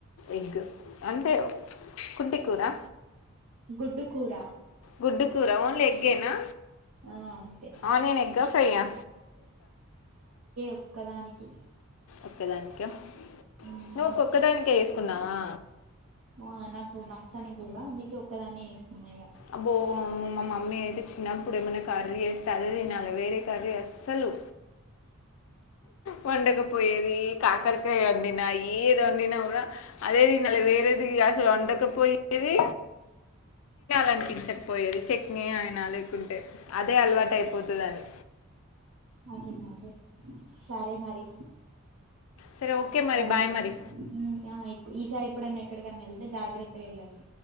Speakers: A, on the left (about 65°); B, on the right (about 80°).
A: ఎగ్ అంటే కుంటి కూరా
B: గుడ్డుకూర
A: గుడ్డు కూర ఓన్లీ ఎగ్గేనా
B: ఆ అంతే
A: ఆనియన్ ఎగ్గా ఫ్రైయా
B: ఒక్కదానికి
A: ఒక్కదానిక్యో
B: మ్మ్
A: నువ్వొక్కొక్క దానికే చేసుకున్నావా
B: ఆ నాకు నచ్చని కూర అందుకే ఒక్కదాన్నే జేసుకున్నా ఇగ
A: అబ్బో మా మమ్మీ అయితే చిన్నప్పుడేమన కర్రీ చేస్తే అదే దినాలె వేరే కర్రీ అస్సలు వండకు పొయేది కాకరకాయ వండినా ఏదొండినా గుడా అదే దినాలి వేరేది అసలొండక పొయ్ ఏది కనిపించకపోయేది చట్నీ అయినా లేకుంటే అదే అలవాటు అయిపోతదని
B: అది మాటే సరే మరి
A: సరే ఓకే మరి
B: సరే
A: బాయ్
B: మేడమ్
A: మరి
B: మ్మ్ ఆయ్ ఈసారి ఎప్పుడైన్నా ఎక్కడికనా వెళ్తే జాగ్రత్తగా వెళ్ళండి